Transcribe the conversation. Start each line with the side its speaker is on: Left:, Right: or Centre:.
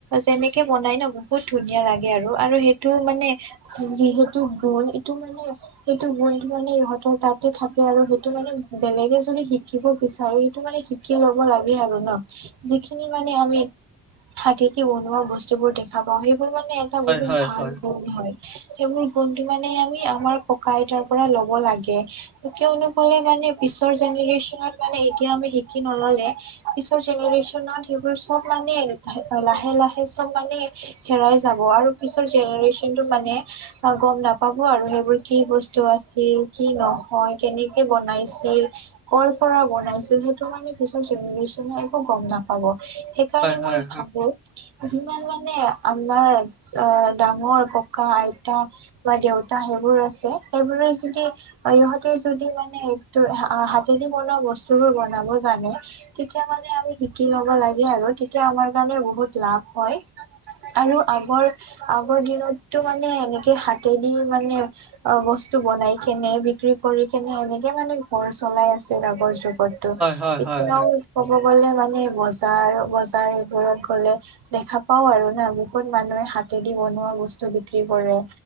Right: যেনেকে বনাই ন', বহুত ধুনীয়া লাগে আৰু, আৰু সেইটো মানে যিহেতু গুণ এইটো মানে সেইটো গুণ মানে ইহঁতৰ তাতে থাকে আৰু সেইটো মানে বেলেগে যদি শিকিব বিচাৰে সেইটো মানে শিকি ল'ব লাগে আৰু ন যিখিনি মানে আমি হাতেদি বনোৱা বস্তু বোৰ দেখা পাওঁ। সেইবোৰ মানে এটা বহুত
Centre: হয় হয়
Right: ভাল
Centre: হয়
Right: গুণ হয়। সেইবোৰ গুণটো মানে আমি আমাৰ ককা আইতাৰ পৰা ল'ব লাগে, কিয়নো ক'লে মানে পিছৰ জেনেৰেশ্যনত এতিয়া আমি শিকি নললে পিছৰ জেনেৰেশ্যনত সেইবোৰ চ'ব মানে লাহে লাহে লাহে চব মানে হেৰাই যাব আৰু পিছৰ জেনেৰেচন টো মানে গ'ম নাপাবো আৰু সেইবোৰ কি বস্তু আছিল কি নহয় কেনেকে বনাই। বনাই ছিল কৰ পৰা বনাইছিল, সেইটো মানে পিছৰ জেনেৰেচন নে একো গ'ম নাপাব। সেইকাৰণে মই
Centre: হয় হয় হয়
Right: ভাবো। যিমান মানে আমাৰ অ' ডাঙৰ ককা-আইতা বা দেউতা সেইবোৰ আছে, সেইবোৰে যদি ইহঁতে যদি মানে হাতেদি বনোৱা বস্তু বোৰ বনাব জানে তেতিয়া মানে আমি শিকি ল'ব লাগে। আৰু তেতিয়া আমাৰ কাৰণে বহুত লাভ হয় আৰু আগৰ আগৰ দিনত টো মানে এনেকে হাতে দি মানে অ' বস্তু বনাই কেনে বিক্ৰী কৰি কেনে এনেকে মানে ঘৰ চলাই আছিল আগৰ যুগতো
Centre: হয় হয় হয়
Right: এতিয়াও
Centre: হয় হয়
Right: উৎসৱ গ'লে মানে বজাৰ বজাৰ এইবোৰত গ'লে দেখা পাওঁ আৰু না বহুত মানুহে হাত হাতেদি বনোৱা বস্তু বিক্ৰী কৰে